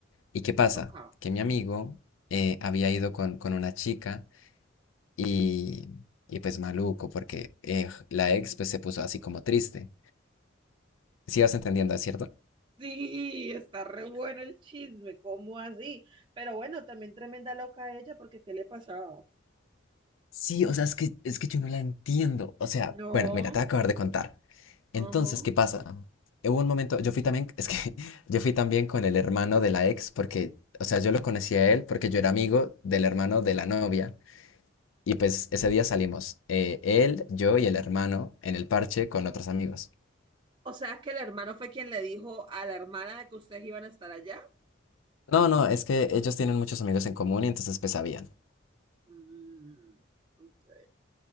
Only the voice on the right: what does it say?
Loca.
Sí, está re bueno el chisme, ¿cómo así? Pero bueno, también tremenda loca ella, porque ¿qué le pasaba?
No,
ajá.
O sea que el hermano fue quien le dijo a la hermana de que ustedes iban a estar allá.
Mm, ok,